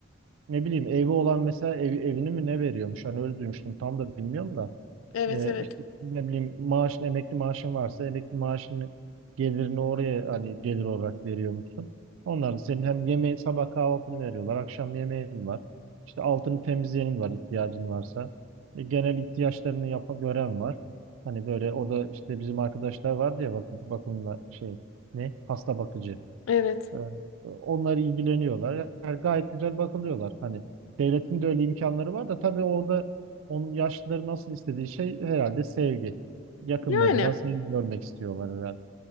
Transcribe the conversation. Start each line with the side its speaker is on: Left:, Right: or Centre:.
Right: ne bileyim evi olan mesela ev, evini mi ne veriyormuş? Hani öyle duymuştum. Tam da bilmiyorum da.
Left: Evet
Right: E,
Left: evet.
Right: işte ne bileyim maaşın emekli maaşın varsa emekli maaşını gelirini oraya hani gelir olarak veriyor musun? Onlar da senin hem yemeği sabah kahvaltını veriyorlar. Akşam yemeğin var. İşte altını temizleyenin var ihtiyacın varsa. E, genel ihtiyaçlarını yapa gören var. Hani böyle orada işte bizim arkadaşlar vardı ya bakım, bakımla şey ne hasta bakıcı.
Left: Evet.
Right: Ee, Onlar ilgileniyorlar. Yani gayet güzel bakılıyorlar. Hani devletin de öyle imkanları var da tabii orada onun yaşlıların nasıl istediği şey herhalde sevgi. Yakınlarından
Left: Yani
Right: sevgi görmek istiyorlar herhalde.